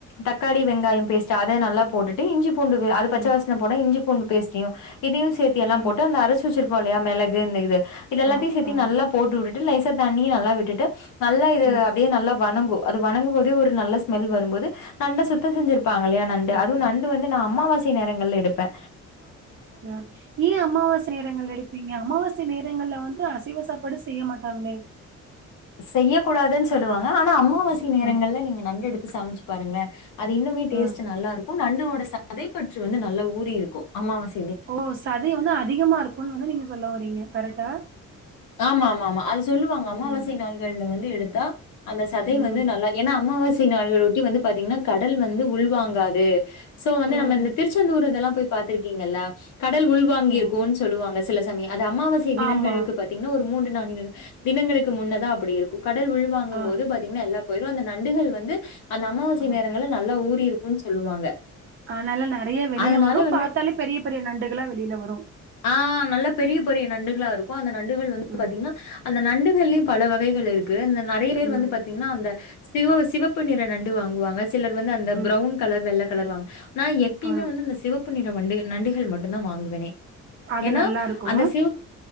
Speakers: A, on the left (about 80°); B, on the right (about 40°).
A: தக்காளி வெங்காயோ பேஸ்ட் அத நல்லா போட்டு இஞ்சி பூண்டு அது பச்ச
B: ம்
A: வசன போன இஞ்சி பூ ண்டு பேஸ்ட்யு இதுயு சேத்தி எல்லா
B: ம்
A: போட்டு அந்த அரச்சு வச்சுருகோம்ல்லயா மெளகு இந்த இது இது எல்லாத்தையு
B: ஆ
A: சேத்து
B: ஆ
A: நல்லா போட்டு விட்டுட்டு லேசா தண்ணிய நல்லா விட்டுட்டு நல்லா இது
B: ம்
A: அப்டியே நல்லா வணங்கு அது வணங்கும் போது ஒரு நல்ல ஸ்மெல் வரும்போது நல்லா சுத்தோ செஞ்சுருப் இருப்பாங்கல்லையா நண்டு
B: ம்
A: அதுவு நண்டு வந்து நா அம்மாவாசை நேரங்கள்ல எடுப்ப
B: அ ஏ அம்மாவாசை நேரங்கள்ல எடுப்பீங்க அம்மாவாசை நேர ங்கள்ல வந்து அசைவ சாப்பாடு செய்ய மாட்டாங்களே
A: செய்ய கூடாதுன் சொல்லுவாங்க ஆனா அம்மாவாசை நேரங்கள்ல
B: ஆ
A: நீங்க நண்டு எடுத்து சமச்சு பாருங்ளே அது இன்னுமே டேஸ்ட்டு
B: ஆ
A: நல்லா இருக்கு நண்டோட சதைப்பற்று வந்து நல்லா ஊறி இருக்கு அம்மாவாச
B: ஓ சதை வந்து அதிகமா இருக்குன்னு வந்து நீங்க சொல்லவறீங்க கரெக்டா
A: ஆமா ஆமா ஆமா அது சொல்லுவாங்க அம்மாவாசை
B: ம்
A: நாள்கள்ல வந்து எடுத்தா அந்த சதை வந்து
B: ம்
A: நல்லா ஏன்னா அம்மாவாசை நாளொட்டி வந்து பாத்தீங்கன்னா கடல் வந்து உள்வாங்காது சோ வந்து
B: ம்
A: நம்ம இந்த திருச்செந்தூர் இதெல்லா போய் பாத்திருக்கீங்கல்ல கடல் உள்வாங்கிருக்குன்னு
B: ஓ
A: சொல்லுவாங்க சில சமயம். அது அம்மாவாசை தினங்களுக்கு
B: ஆமா
A: பாத்தீங்கன்னா ஒரு மூன்று நான்கு தினங்களுக்கு முன்னதா அப்படி இருக்கு கடல் உள்வாங்கும்
B: ஆ
A: போது பாத்தீங்கன்னா எல்லா போயுறு அந்த நண்டுகள் வந்து அந்த அம்மாவாசை
B: ஆ
A: நேரங்கல நல்லா ஊரி க்குன்னு சொல்லுவாங்க
B: அனால நிறைய வெளிய
A: அதனால
B: வரு
A: வந்து
B: பாத்தாலே பெரிய பெரிய நண்டுகளா வெளில வரு
A: ஆ நல்லா பெரிய பெரிய நண்டுகளா இருக்கு அந்த நண்டுகள் வந்து
B: ம்
A: பாத்தீங்கன்னா அந்த நண்டுகள்லயு பல வகைகள் இருக்கு இந்த நறைய பேர்
B: ம்
A: வந்து பாத்தீங்கன்னா அந்த சிவ சிவப்பு நிற நண்டு வாங்குவாங்க சிலர் வந்து அந்த
B: ம்
A: ப்ரவுன் கலர் வெள்ள கலர் வாங்க நா எப்பியுமே
B: ஆ
A: வந்து இந்த சிவப்பு நிற வண்டு நண்டுகள் மட்டுதா வாங்குவனே
B: அது
A: ஏன்னா
B: நல்லாருக்கு.
A: அந்த சிவப்